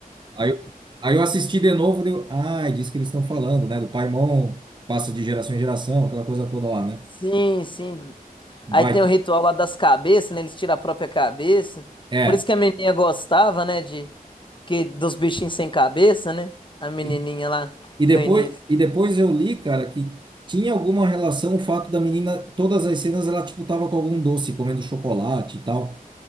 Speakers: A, on the right; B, on the left.
A: Aí, eu- aí eu assisti de novo, deu, ah, é disso que eles estão falando, né? Do Paimon, que passa de geração em geração, aquela coisa toda lá, né?
B: Sim, sim. Aí
A: Baita.
B: tem o ritual lá das cabeças, né? Eles tiram a própria cabeça.
A: É.
B: Por isso que a menininha gostava, né? De que dos bichinhos sem cabeça, né? A menininha
A: E,
B: lá
A: e depois,
B: no início.
A: e depois eu li, cara, que tinha alguma relação o fato da menina, todas as cenas ela, tipo, tava com algum doce, comendo chocolate e tal.